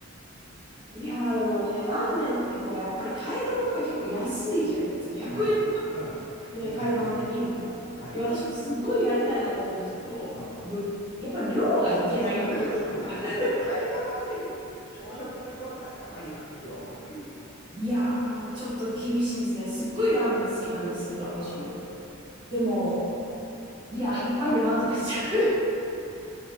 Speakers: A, on the right; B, on the left.
A: いやーでもね、ラーメンってこう、やっぱり替え玉とか結構安いじゃないですか。
B: あ安い。
A: 100円とか
B: うん。1安いですね。
A: ね、替え玉できるから。
B: はい。
A: いや、私もすっごいやりたいなと思うんですけど、
B: うん。
A: ぶやっぱ量がいけないっていう。
B: そうそうそうそう。
A: <laughs>
B: さすがに替え玉って小食の人は替え玉いらんしよう。
A: いやー、ちょっと厳しいですね。すっごいラーメン好きなんですけど、
B: あ
A: 私もね。でも、
B: ー
A: いや、一杯で満足しちゃう。